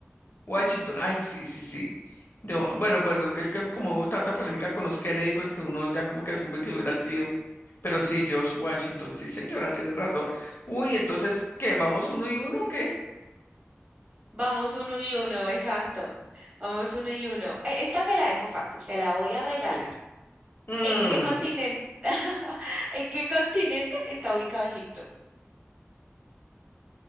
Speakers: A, on the left; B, on the right.
A: Washington, ay, sí, sí, sí. Yo, bueno, pues lo que es que como hubo tanta polémica con los Kennedy, pues que uno ya como que asume que hubieran sido. Pero sí, George Washington, sí, señora, tiene razón. Uy, entonces, ¿qué? ¿Vamos uno y uno o qué?
B: Vamos uno y uno, exacto. Vamos uno y uno. E- Esta se la dejo fácil, se la voy a regalar.
A: Mm,
B: ¿En qué continente, <laughs> ¿en qué continente está ubicado Egipto?